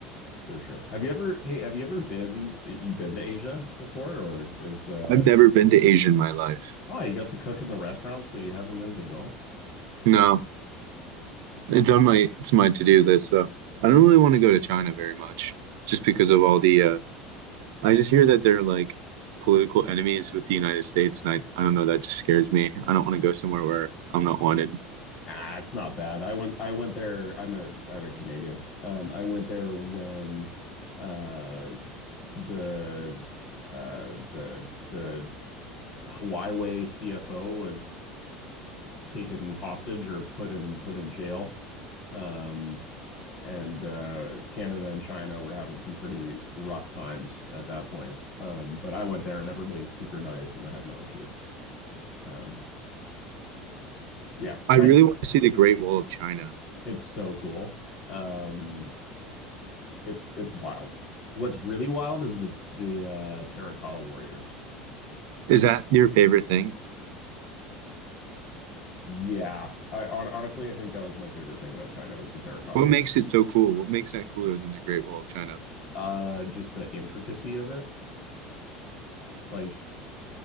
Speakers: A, on the left (about 50°); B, on the right (about 65°).
A: for sure. Have you ever hey, have you ever been you been to Asia before or is uh
B: I've never been to Asia in my life.
A: oh, you got to cook in the restaurants but you haven't been to go?
B: No, it's on my it's my to-do list though. I don't really want to go to China very much just because of all the uh I just hear that they're like political enemies with the United States and I I don't know that just scares me. I don't want to go somewhere where I'm not wanted.
A: Ah, it's not bad. I went I went there. I'm a I'm a Canadian. Um, I went there when uh the uh the the Huawei CFO was taken hostage or put in put in jail. Um and uh Canada and China were having some pretty rough times at that point. Um but I went there and everybody's super nice and I had no issues. Um yeah,
B: I
A: China
B: really want to see the Great Wall of China.
A: it's so cool. Um It's it's wild. What's really wild is the the uh, terracotta warriors.
B: Is that your favorite thing?
A: Yeah, I hon- honestly I think that was my favorite thing about China was the terracotta
B: What
A: war.
B: makes it so cool? What makes that cooler than the Great Wall of China?
A: Uh, just the intricacy of it. Like